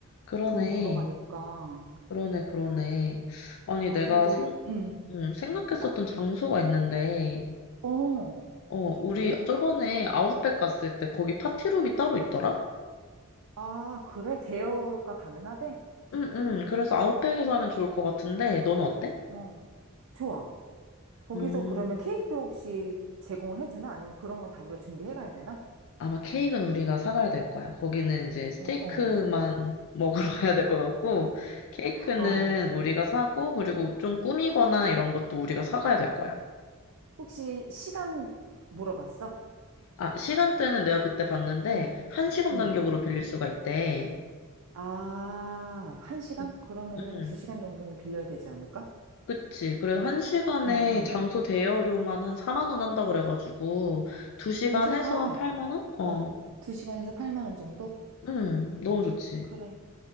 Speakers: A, on the left (about 60°); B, on the right (about 75°).
A: 그러네
B: 돈이 들어가니까.
A: 그러네 그러네 아니
B: 그래도,
A: 내가 생,
B: 음,
A: 음, 생각했었던
B: 해봐.
A: 장소가 있는데
B: 어,
A: 어 우리
B: 어디?
A: 저번에 아웃백 갔을 때 거기 파티룸이 따로 있더라?
B: 아, 그래? 대여가 가능하대?
A: 응응 그래서 아웃백에서 하면 좋을 것 같은데 너는 어때?
B: 어, 좋아. 거기서
A: 음.
B: 그러면 케이크도 혹시 제공을 해주나? 아니면 그런 건 다 우리가 준비해 가야 되나?
A: 아마 케이크는 우리가 사가야 될 거야. 거기는 이제 스테이크만
B: 어, 어,
A: 먹으러 <laughs> 가야 될 것 같고, 케이크는
B: 어.
A: 우리가 사고, 그리고 좀 꾸미거나 이런 것도 우리가 사가야 될 거야.
B: 혹시 시간 물어봤어?
A: 아, 시간대는 내가 그때 봤는데,
B: 응,
A: 한시간
B: 응.
A: 간격으로 빌릴 수가 있대.
B: 아, 한 시간?
A: 그-
B: 그러면은
A: 응,
B: 두 시간 정도는 빌려야 되지 않을까?
A: 그치. 그래, 한시간에
B: 응, 응.
A: 장소 대여료만 한 4만 원 한다 그래가지고, 두시간
B: 괜찮다.
A: 해서 한 8만 원? 어.
B: 어, 2시간에서 8만 원 정도?
A: 응, 너무 좋지.
B: 그럼